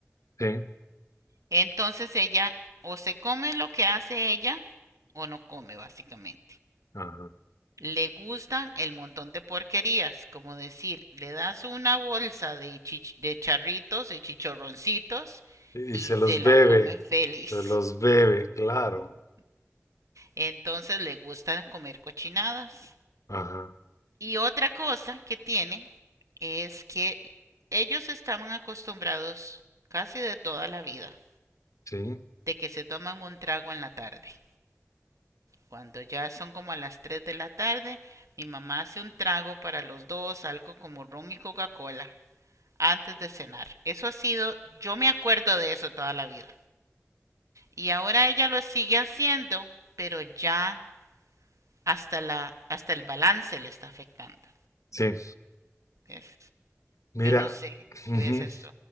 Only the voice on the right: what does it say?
Entonces ella o se come lo que hace ella o no come básicamente.
Le gustan el montón de porquerías, como decir, le das una bolsa de, chich- de charritos y chichorroncitos
y
se
la
come feliz.
Ujú,
ujú. Entonces le gusta comer cochinadas.
Y otra cosa que tiene es que ellos estaban acostumbrados casi de toda la vida
de que se toman un trago en la tarde. Cuando ya son como a las 3 de la tarde, mi mamá hace un trago para los dos, algo como ron y Coca-Cola, antes de cenar. Eso ha sido, yo me acuerdo de eso toda la vida. Y ahora ella lo sigue haciendo, pero ya hasta la hasta el balance le está afectando.
¿Ves?
Yo no sé
si ves
esto,